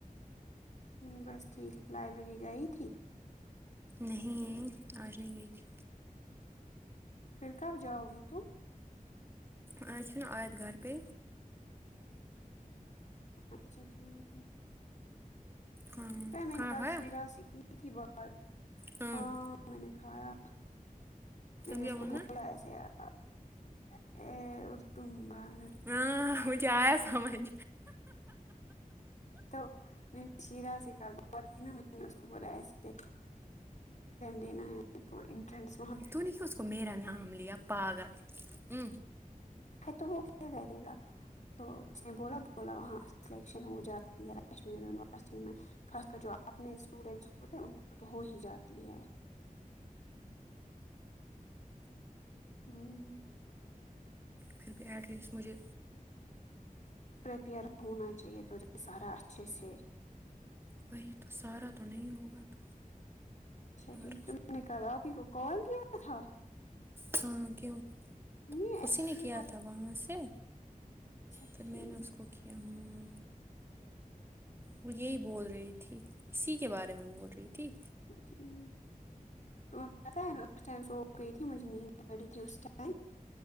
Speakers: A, on the left; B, on the right.
A: ہمم بس ٹھیک لائبریری گئی تھی
B: نہیں آج نہیں گئی تھی
A: پھر کب جاؤ گی تم
B: آ اچھا اج گھر پہ
A: اچھا ٹھیک
B: ہاں
A: بیٹا میں
B: کھانا
A: نے کل
B: کھایا
A: شیرا سے کی تھی بات
B: تم
A: ہاں میں نے کھایا میں نے
B: کیا
A: اس کو
B: بولنا
A: بولا ایسے <unintelligible> ا اردو ب
B: ہاں مجھے ایا سمجھ
A: تو میں شیرا سے کب بات کی نہ میں نے اس کو بولا ایسے دینا ہے تو انٹنس
B: تو نے کیو اس کو میرا نام لیا پاگل ہ
A: ہاں تو وہ کیا کرے گا تو میں بولا بولا وہاں سلیکشن ہو جاتی ہے کشمیر یونیورسٹی میں خاص کر جو اپنے اسٹوڈینٹس ہوتے ان کو تو ہو ہی جاتی ہے ہمم
B: پھر بھی ایٹ لیسٹ مجھے
A: پریپیئر ہونا چاہیے تو یہ سارا اچھے سے
B: وہی تو سارا تو نہیں ہوگا تو
A: اچھا ٹھیک
B: مگر
A: تم نے کل آپپی کو کال کیا تھا
B: ہاں کیوں
A: نہیں ایسے
B: اسی نے
A: ہی
B: کیا
A: پت
B: تھا وہاں سے
A: اچھا
B: پھر میں
A: ٹھیک
B: نے اس کو کیا ہوں وہ یہی بول رہی تھی اسی کے بارے میں بول رہی تھی
A: ٹھیک اپ کو پتا ہے نہ اس ٹائم سو گئی تھی مجھے نیند پڑی تھی اس ٹائم